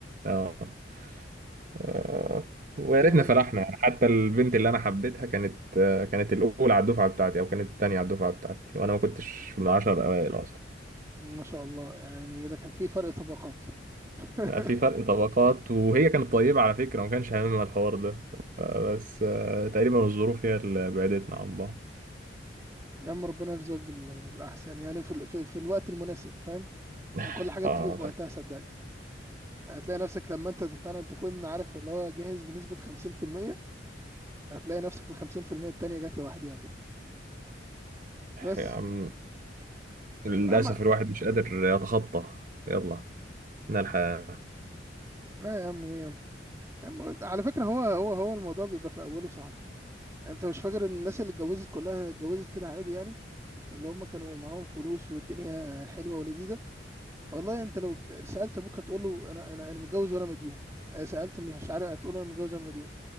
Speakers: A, on the right; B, on the right.
A: اه آه، ويا
B: يعني
A: ريتنا فرحنا يعني حتى البنت اللي انا حبيتها كانت آه، كانت الاولى على الدفعه بتاعتي او كانت الثانيه على الدفعه بتاعتي وانا ما كنتش من العشر الاوائل اصلا
B: ما شاء الله يعني ده كان في فرق طبقات <laughs>
A: آه، في فرق طبقات وهي كانت طيبه على فكره وما كانش هاممها الحوار ده آه، بس آه، تقريبا الظروف هي اللي بعدتنا عن بعض
B: يا عم ربنا يرزقك بال- بالاحسن يعني في, ال... في... في الوقت المناسب فاهم
A: <laughs>
B: يعني كل حاجه
A: آه.
B: بتيجي في وقتها صدقني هتلاقي نفسك لما انت فعلا تكون عارف اللي هو جاهز بنسبه 50% هتلاقي نفسك ال 50% التانيه جات لوحديها كده بس
A: يا عم للأسف
B: اما
A: الواحد مش قادر يتخطى يلا نلحق
B: لا يا عم ايه يا عم يا عم، على فكره هو هو هو الموضوع بيبقى في اوله صعب انت مش فاكر ان الناس اللي اتجوزت كلها اتجوزت كده عادي يعني واللي هم كانوا معاهم فلوس والدنيا حلوه ولذيذه والله انت لو ج- سالت ابوك هتقول له انا انا انا متجوز وانا مديون اه، سالت مش عارف هتقول له انا متجوز وانا مديون